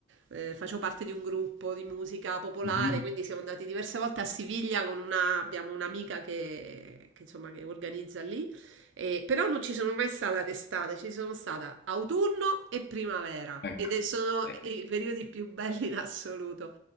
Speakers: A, on the right; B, on the left.
A: eh, facevo parte di un gruppo di musica popolare,
B: Mhm,
A: quindi siamo andati diverse volte a Siviglia con una, abbiamo un'amica che, che, insomma, che organizza lì eh, però non ci sono mai stata d'estate, ci sono stata autunno e primavera
B: ecco.
A: ed è- sono
B: Eh,
A: i periodi più belli in assoluto.